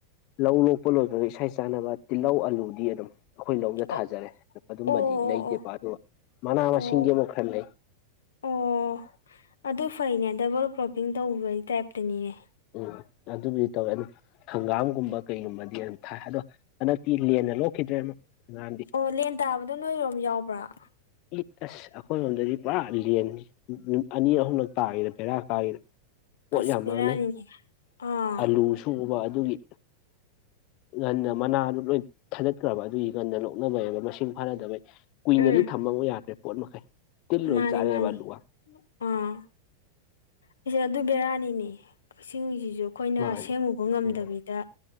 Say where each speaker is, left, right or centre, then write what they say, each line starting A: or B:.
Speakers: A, on the left (about 40°); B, on the left (about 65°).
A: ꯂꯧ ꯂꯣꯛꯄ ꯂꯣꯏꯕꯒ ꯏꯁꯩ ꯆꯥꯅꯕ ꯇꯤꯜꯍꯧ ꯑꯂꯨꯗꯤ ꯑꯗꯨꯝ ꯑꯩꯈꯣꯏ ꯂꯧꯗ
B: ꯑꯣ
A: ꯊꯥꯖꯔꯦ ꯑꯗꯨꯝꯕꯗꯤ
B: ꯑꯣ
A: ꯂꯩꯇꯦꯕ
B: ꯑꯣ
A: ꯑꯗꯨꯒ ꯃꯅꯥ
B: ꯑꯣ
A: ꯃꯁꯤꯡꯗꯤ ꯑꯃꯨꯛ ꯈꯔ ꯂꯩ
B: ꯑꯣ ꯑꯗꯨ ꯐꯩꯅꯦ ꯗꯕꯜ ꯀ꯭ꯔꯣꯞꯄꯤꯡ ꯇꯧꯕꯒꯤ ꯇꯥꯏꯞꯇꯅꯤꯅꯦ
A: ꯎꯝ ꯑꯗꯨꯕꯨꯗꯤ ꯇꯧꯋꯦ ꯑꯗꯨ ꯍꯪꯒꯥꯝꯒꯨꯝꯕ ꯀꯩꯒꯨꯝꯕꯗꯤ ꯌꯥꯝ ꯊꯥꯏ ꯑꯗꯣ ꯍꯟꯗꯛꯇꯤ ꯂꯦꯟꯅ ꯂꯧꯈꯤꯗ꯭ꯔꯦ ꯑꯃ ꯑꯉꯝꯗꯤ
B: ꯑꯣ ꯂꯦꯟ ꯇꯥꯕꯗꯣ ꯅꯣꯏꯔꯣꯝ ꯌꯥꯎꯕ꯭ꯔꯥ
A: ꯏ ꯑꯁ ꯑꯩꯈꯣꯏꯔꯣꯝꯗꯗꯤ ꯄꯨꯔꯥ ꯂꯅꯤ ꯅꯨꯃꯤꯠ ꯑꯅꯤ ꯑꯍꯨꯝꯂꯛ ꯇꯥꯈꯤꯗ ꯄꯦꯔꯥ ꯀꯥꯏꯈꯤꯗ ꯄꯣꯠ
B: ꯑꯁ
A: ꯌꯥꯝ
B: ꯕꯦꯔꯥꯅꯤꯅꯦ
A: ꯃꯥꯡꯅꯩ
B: ꯑꯥ
A: ꯑꯂꯨ ꯁꯨꯕ ꯑꯗꯨꯒꯤ ꯉꯟꯅ ꯃꯅꯥꯗꯨ ꯂꯣꯏ ꯊꯥꯗꯠꯈ꯭ꯔꯕ ꯑꯗꯨꯒꯤ ꯉꯟꯅ ꯂꯣꯛꯅꯕꯩꯕ ꯃꯁꯤꯡ ꯐꯥꯅꯗꯕꯩ ꯀꯨꯏꯅꯗꯤ
B: ꯎꯝ
A: ꯊꯝꯃꯃꯨ ꯌꯥꯗ꯭ꯔꯦ ꯄꯣꯠ ꯃꯈꯩ ꯇꯤꯜ ꯂꯣꯏ
B: ꯃꯥꯅꯤ
A: ꯆꯥꯔꯛꯑꯦꯕ
B: ꯃꯥꯅꯤ
A: ꯑꯂꯨꯒ
B: ꯑꯥ ꯑꯩꯁꯦ ꯑꯗꯨ ꯕꯤꯔꯌꯥꯅꯤꯅꯦ ꯀꯛꯁꯤꯡꯤꯡꯁꯤꯁꯨ ꯑꯩꯈꯣꯏꯅ
A: ꯃꯥꯅ
B: ꯁꯦꯝꯉꯨꯕ ꯉꯝꯗꯕꯤꯗ
A: ꯎꯝ